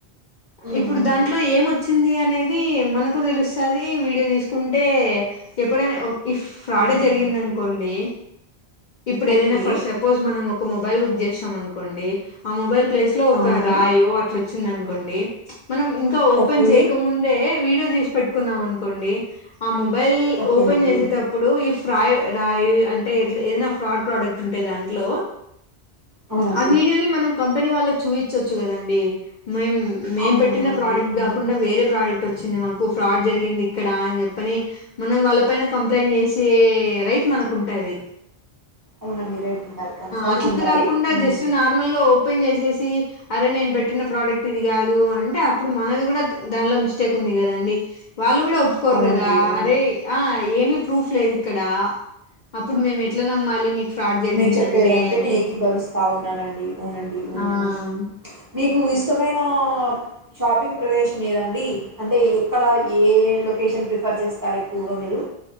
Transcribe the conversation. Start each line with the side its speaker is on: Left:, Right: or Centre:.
Right: మ్మ్
Left: ఇప్పుడు
Right: మ్మ్
Left: దాంట్లో ఏం వచ్చింది అనేది ఇది మనకు తెలుస్తాది వీడియో తీసుకుంటే ఎప్పుడైనా ఓ ఈ ఫ్రాడే
Right: అవునండి
Left: జరిగింది అనుకోండి ఇప్పుడు
Right: ఓకే
Left: ఏదైనా ఫర్ సపోజ్ మనం ఒక మొబైల్ బుక్ చేస్తాం అనుకోండి ఆ మొబైల్ ప్లేస్ లో ఒక
Right: అవును
Left: రాయో అట్లా చిన్నది అనుకోండి మనం ఇంకా ఓపెన్
Right: ఓకే
Left: చేయకముందే వీడియో తీసి పెట్టుకున్నాం అనుకోండి ఆ మొబై మొబైల్
Right: ఓకేనండి
Left: ఓపెన్ చేసేటప్పుడు ఇఫ్ ఫ్రయ్ రాయి అంటే ఇట్లా ఏదన్నా ఫ్రాడ్ ప్రోడక్ట్ ఉంటే దాంట్లో
Right: అవునండి
Left: ఆ వీడియోని మనం కంపెనీ వాళ్ళకు చూయించచ్చు కదండీ. మేం మేం
Right: అవునవునండి
Left: పెట్ పెట్టిన ప్రోడక్ట్
Right: మ్మ్
Left: కాకుండా వేరే ప్రోడక్ట్ వచ్చింది మాకు ఫ్రాడ్ జరిగింది ఇక్కడ అని చెప్పని మనం వాళ్ళ పైన కంప్లైంట్ చేసే రైట్ మనకుంటది.
Right: అవునండి రైట్ ఉంటది కన్ఫామ్గా
Left: అట్లా
Right: ఉంటాది.
Left: గాకుండా
Right: హ్
Left: జస్ట్ నార్మల్‌గా ఓపెన్ చేసేసి అరే నేను పెట్టిన ప్రోడక్ట్ ఇది కాదు అం టే అప్పుడు మనది కూడా దానిలో మిస్టేక్ ఉంది కదండి. వాళ్ళు కూడా ఒప్పుకోరు
Right: అవునండి
Left: కదా
Right: అవునవును
Left: అరే ఆ ఏమి ప్రూఫ్ లేదు ఇక్కడా అప్పుడు మేము ఎట్లా నమ్మాలి మీకు ఫ్రాడ్ జరిగిందంటే
Right: మీరు చెప్పే దాంతో
Left: అని.
Right: నేను ఏకీభవిస్తా ఉన్నానండి అవునండి అవునవును.
Left: ఆ!
Right: మీకు ఇష్టమైన షాపింగ్ ప్రదేశం ఏదండి. అంటే ఎక్కడ ఏ లొకేషన్ ప్రిఫర్ చేస్తారు ఎక్కువగా మీరు.